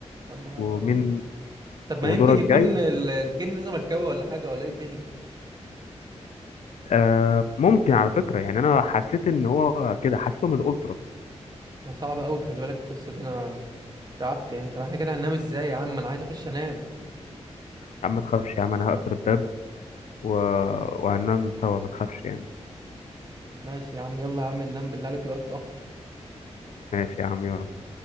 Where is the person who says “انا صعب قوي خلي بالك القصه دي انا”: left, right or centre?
Right